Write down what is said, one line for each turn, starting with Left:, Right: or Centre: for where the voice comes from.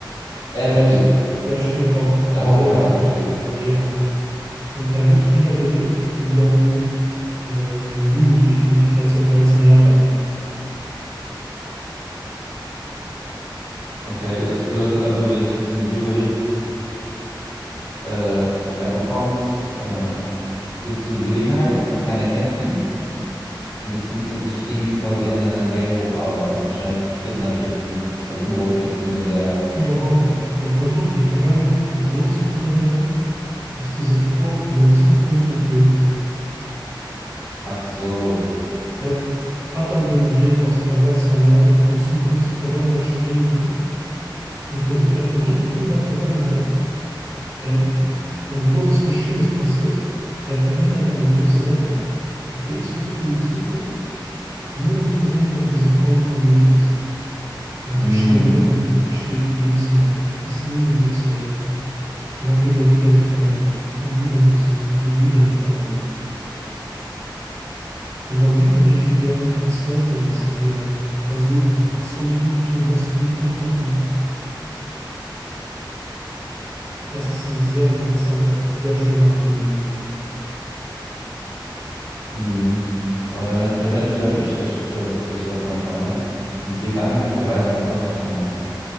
Left: Er
Right: Und
Left: stirbt.
Right: er stirbt auch
Left: Der
Right: am
Left: Hauptcharakter
Right: selben Tag.
Left: stirbt.
Right: Ja. Und er wird wiederbelebt in seinem äh, Jugendlichen Ich, als er 13 Jahre alt war.
Left: Okay, das bedeutet also, wenn ich jetzt mir so überlege, äh, er bekommt äh, jetzt so die Gelegenheit und keiner kennt ihn. Und jetzt muss er sich irgendwie quasi in eine eine Gang hocharbeiten. Wahrscheinlich Fitner stiften, also Unruhe stiften in der.
Right: Überhaupt nicht. Er versucht, die Vergangenheit so zu verändern, dass diese Frau in der Zukunft noch lebt.
Left: Ach so.
Right: Er hat dann den Dreh raus. Er weiß, wann er von Zukunft zur Vergangenheit springen kann. Und versuch, er versucht dann in der Vergangenheit, ähm, ein großes Geschehen ist passiert. Er verändert eine große Sache, geht zurück in die Zukunft, nur um zu sehen, ob diese Frau noch am Leben ist. Und
Left: Hm.
Right: sie stirbt immer. Sie stirbt jedes Mal. Er kriegt es nie hin, sie zu retten. Und dann geht er wieder in die Vergangenheit und kommt wieder in die Zukunft und geht wieder in die Vergangenheit. Und man sieht dann richtig, wie er am Verzweifeln ist, wie er versucht, was soll ich noch tun, was kann ich noch machen. Das ist ein sehr interessanter, sehr schöner Anime gewesen.
Left: Mhm. Aber der, Men- der Mensch, der wünscht das, dass, sich das manchmal, ne? In die Vergangenheit zu reisen, um es anders zu machen.